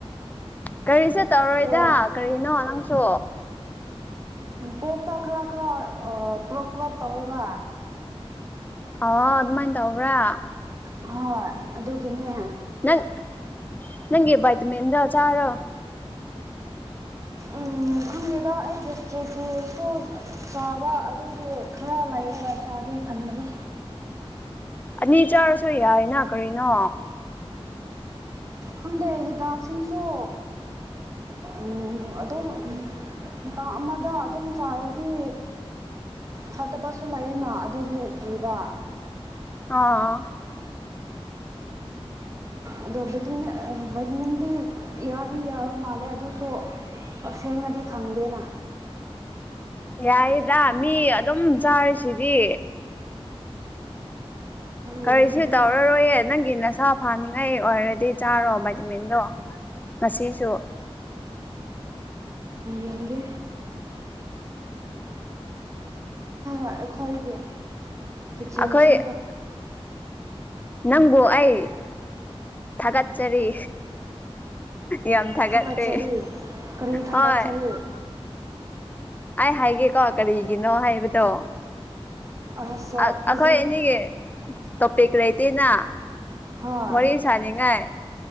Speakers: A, on the left (about 15°); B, on the right (about 30°).
A: ꯀꯔꯤꯁꯨ ꯇꯧꯔꯣꯏꯗ
B: ꯑꯗꯣ
A: ꯀꯔꯤꯅꯣ ꯅꯪꯁꯨ
B: ꯄꯣꯛꯇ ꯈꯔ ꯈꯔ ꯄ꯭ꯔꯣꯞ ꯄ꯭ꯔꯣꯞ ꯇꯧꯋꯦꯕ
A: ꯑꯣ ꯑꯗꯨꯃꯥꯏꯅ ꯇꯧꯕ꯭ꯔꯥ
B: ꯍꯣꯏ ꯑꯗꯨꯒꯤꯅꯦ
A: ꯅꯪ ꯅꯪꯒꯤ ꯚꯥꯏꯇꯥꯃꯤꯟꯗꯣ ꯆꯥꯔꯣ
B: ꯎꯝ ꯈꯪꯗꯦꯗ ꯑꯩ <unintelligible> ꯆꯥꯕ ꯑꯗꯨꯒꯤ ꯈꯔ ꯂꯩꯔꯒ ꯆꯥꯒꯦ ꯈꯟꯕꯅꯤ
A: ꯑꯅꯤ ꯆꯥꯔꯁꯨ ꯌꯥꯏꯅ ꯀꯔꯤꯅꯣ
B: ꯈꯪꯗꯦ ꯍꯤꯗꯥꯛꯁꯤꯡꯁꯨ ꯎꯝ ꯑꯗꯨꯝ ꯃꯇꯥꯡ ꯑꯃꯗ ꯑꯗꯨꯝ ꯆꯥꯔꯗꯤ ꯐꯠꯇꯕꯁꯨ ꯂꯩꯌꯦꯅ ꯑꯗꯨ ꯀꯤꯕ
A: ꯑꯥ
B: ꯑꯗꯣ ꯕꯦꯇ ꯚꯥꯏꯇꯃꯤꯟꯗꯤ ꯌꯥꯗꯤ ꯌꯥꯕ ꯃꯥꯜꯂꯦ ꯑꯗꯨꯁꯨ ꯁꯦꯡꯅꯗꯤ ꯈꯪꯗꯦꯅ
A: ꯌꯥꯏꯌꯦꯗ ꯃꯤ ꯑꯗꯨꯝ ꯆꯥꯔꯤꯁꯤꯗꯤ ꯀꯔꯤꯁꯨ
B: ꯌꯦꯡꯒꯦ
A: ꯇꯧꯔꯔꯣꯏꯌꯦ ꯅꯪꯒꯤ ꯅꯁꯥ ꯐꯥꯅꯤꯡꯉꯥꯏ ꯑꯣꯏꯔꯗꯤ ꯆꯥꯔꯣ ꯚꯥꯏꯇꯥꯃꯤꯟꯗꯣ ꯉꯁꯤꯁꯨ
B: ꯌꯦꯡꯒꯦ ꯑꯩꯈꯣꯏꯒꯤ ꯀꯤꯠꯆꯟꯁꯨ
A: ꯑꯩꯈꯣꯏ ꯅꯪꯕꯨ ꯑꯩ ꯊꯥꯒꯠꯆꯔꯤ ꯌꯥꯝ ꯊꯒꯠꯇꯦ
B: ꯊꯥꯒꯠꯆꯔꯤ ꯀꯔꯤ ꯊꯥꯒꯠꯆꯔꯤ
A: ꯍꯣꯏ ꯑꯩ ꯍꯥꯏꯒꯦꯀꯣ ꯀꯔꯤꯒꯤꯅꯣ ꯍꯥꯏꯕꯗꯣ
B: ꯑꯁꯣ
A: ꯑ
B: ꯍꯧꯖꯤꯛ
A: ꯑꯈꯣꯏ ꯑꯅꯤ ꯇꯣꯄꯤꯛ ꯂꯩꯇꯦꯅ
B: ꯍꯣꯏ
A: ꯋꯥꯔꯤ ꯁꯥꯅꯤꯡꯉꯥꯏ